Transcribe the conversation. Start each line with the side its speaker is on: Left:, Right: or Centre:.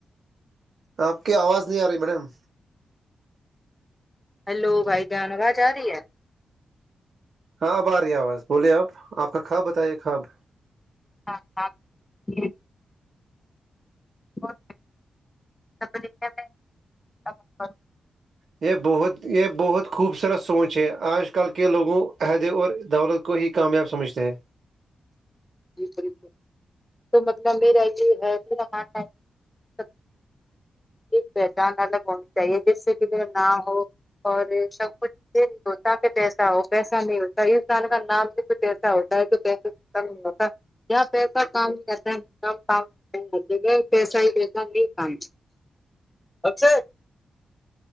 Right: آپ کی آواز نہیں آ رہی میڈم
Left: ہلو بھائی جانو جا رہی ہے <unintelligible>
Right: ہاں اب آ رہی ہے آواز بولے آپ آپ کا کھا بتائیے کواب <unintelligible>
Left: ہاں ہاں ج <unintelligible> س میںوں <unintelligible>
Right: یہ بہت یہ بہت خوبصورت سوچ ہے آج کل کے لوگوں عہدے اور دولت کو ہی کامیاب سمجھتے ہیں
Left: جی بالکل تو مطلب میرا یہ ہے میرا ہاںٹ <unintelligible> پہچان الگ ہونی چاہیے جس سے کہھر نہ ہو اور سب کچھ <unintelligible> یہ نہیں ہوتااکہ پیسا ہو پیسا نہیں ہوتا انسان کا نام بھی تو پیسا ہوتا ہے تو پیسے کم ہوتا کیا پیسہ کام کرتےم کام جگہ پیسا ہی پیسا نہیں کام اکر